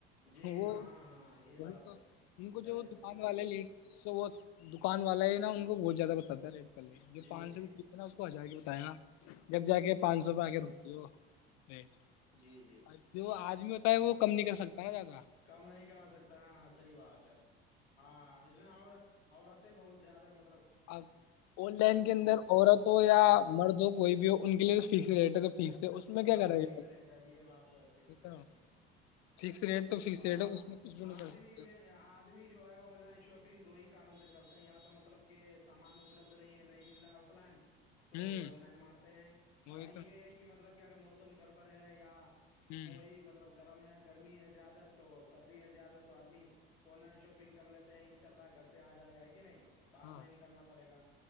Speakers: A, on the left; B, on the left.
A: جی
B: وہ
A: ہاں ہاں یہ
B: وہی
A: بات
B: تو
A: ہے
B: ان
A: کچھ
B: کو
A: زیادہ
B: جو
A: کم
B: دکان
A: کر
B: والے
A: دیی
B: لیٹ تو وہ دکان والا ہے نا ان کو بہت زیادہ باتا ہے ریٹ پے جو
A: جی
B: پانچ
A: جی
B: سوپ <unintelligible> کو آ جا کے بتیا جب جا کے <unintelligible> ے پانچ سو پ آ کے رتے <unintelligible>
A: جی جی
B: اور جو آدمی ہوتا ہے وہ کم نہیں کر سکتا ن زیادہ <unintelligible>
A: کم نہیں کرا سکتا ہاں صحیح بات ہے <unintelligible> ہاں <inaudible> <inaudible> بہت زیادہ مب <unintelligible>
B: اب آن لائن کے اندر عورت ہو یا
A: ہاں
B: مرد ہو کوئی بھی ہو ان کے لیے فکس ریٹ ہے تو فکس ہے اس
A: ہاں
B: میں کیا کرا
A: فکس
B: گ
A: ریٹ ہے یہ بات تو ہے فکس ریٹ
B: ھ
A: ہے
B: فکس ریٹ تو فکس
A: ہاں
B: <unintelligible> کچھ بھی نہیں
A: آدمی
B: کر سکتے
A: میں آدمی جو ہے آن لائن شاپنگ دو ہی <unintelligible> کارن سے کرتے ہیں یا تو مطلب کہ سامان اپلبدھ نہیں ہے نہیں مل رہا ہے آف لائن <unintelligible> تو
B: ہوں
A: آن لائن مارتے ہیں
B: وہی
A: اور یہ
B: تو
A: ہے کہ مطلب <unintelligible> کہ اگر موسم گڑبڑ ہے یا <unintelligible>
B: ہوں
A: کوئی مطلب <unintelligible> گرم ہے گرمی ہے زیادہ <unintelligible> تو سردیاں زیادہ تو آدمی <unintelligible> آن لائن شاپنگ کر لیتے ہیں کہ <unintelligible> چل پا ہے گھر پہ آ جائے گا ہے کہ نہیں <unintelligible> باہر
B: ہاں
A: نہیں نکلنا پڑے گا